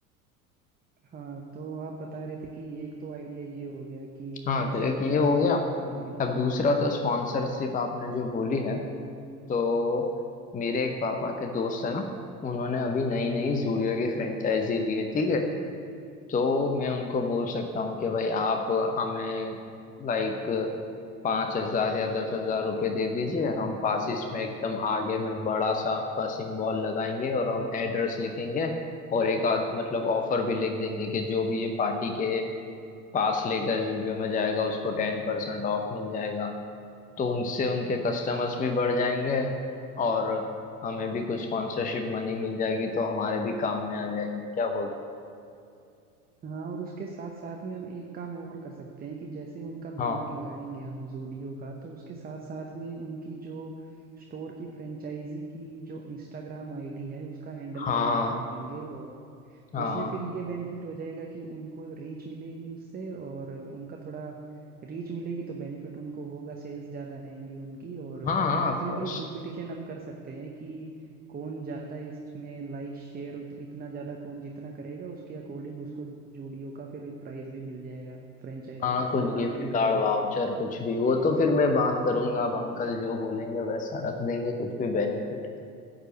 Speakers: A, on the right (about 20°); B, on the left (about 20°).
A: हाँ तो आप बता रहे थे कि एक तो आइडिया ये हो गया कि उसमें
B: हाँ तो
A: से
B: एक
A: हम
B: ये
A: ज्यादा
B: हो
A: चार्ज
B: गया
A: करेंगे
B: अब दूसरा तो स्पॉन्सरशिप आपने जो बोली है तो मेरे एक पापा के दोस्त है ना उन्होंने अभी नई नई जूडियो की फ्रेंचाइजी ली है ठीक है तो मैं उनको बोल सकता हूँ कि भाई आप हमें लाइक पाँच हजार या दस हजार रुपये दे दीजिए हम पासिस में एकदम आगे में बड़ा सा आपका सिंबल लगाएंगे और हम एड्रेस लिखेंगे और एक आध मतलब ऑफर भी लिख देंगे कि जो भी ये पार्टी के पास लेकर जुडियो में जाएगा उसको टेन परसेंट ऑफ मिल जाएगा तो उनसे उनके कस्टमर्स भी बढ़ जाएंगे और हमें भी कुछ स्पॉन्सरशिप मनी मिल जाएगी तो हमारे भी काम में आ जाएगी क्या बोलते हो
A: हाँ और उसके साथ साथ में हम एक काम और कर सकते हैं कि जैसे उनका
B: हाँ
A: बैनर लगाएंगे हम जूडियो का तो उसके साथ साथ में उनकी जो स्टोर की फ्रेंचाइजी की जो इंस्टाग्राम आईडी है उसका हैंडल
B: हाँ
A: भी हम लगा देंगे और
B: हाँ
A: उसमें फिर ये बेनिफिट हो जाएगा कि उनको रीच मिलेगी उससे और उनका थोड़ा रीच मिलेगी तो बेनिफिट उनको होगा सेल्स ज़्यादा आएंगी उनकी और
B: हाँ हाँ ऑफ
A: उसमें
B: कोर्स
A: भी एक कंपटीशन हम कर सकते हैं कि कौन ज़्यादा इसमें लाइक शेयर इतना ज़्यादा कौन जितना करेगा उसके अकॉर्डिंग उसको जूडियो का फिर प्राइस भी मिल जाएगा फ्रेंचाइजी
B: हाँ
A: उसमें
B: कुछ
A: आखिरी
B: गिफ्ट
A: में
B: कार्ड
A: फिर
B: वाउचर कुछ भी वो तो फिर मैं बात करूंगा अब अंकल जो बोलेंगे वैसा रख देंगे कुछ भी बेनिफिट